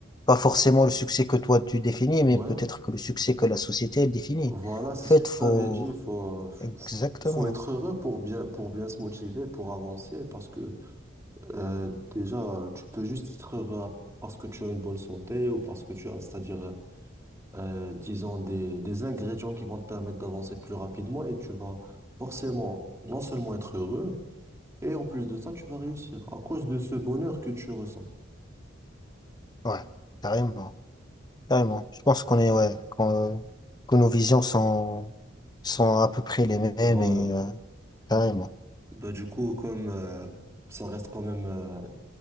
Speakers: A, on the left; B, on the right.
A: Pas forcément le succès que toi tu définis, mais
B: Ouais.
A: peut-être que le succès que la société elle définit.
B: Voilà, c'est
A: En
B: ce
A: fait,
B: que je
A: faut...
B: t'avais dit. Il faut, euh, f-
A: Exactement.
B: f- faut être heureux pour bien, pour bien se motiver, pour avancer, parce que Euh, déjà, tu peux juste être heureux à- parce que tu as une bonne santé ou parce que tu as, c'est-à-dire, euh, disons, des, des ingrédients qui vont te permettre d'avancer plus rapidement et tu vas forcément non seulement être heureux, et en plus de ça, tu vas réussir à cause de ce bonheur que tu ressens.
A: Ouais, carrément. Carrément. Je pense qu'on est, ouais, qu'on, euh, que nos visions sont, sont à peu près les mêmes
B: Voilà.
A: et euh, carrément.
B: Bah, du coup, comme euh, ça reste quand même, euh,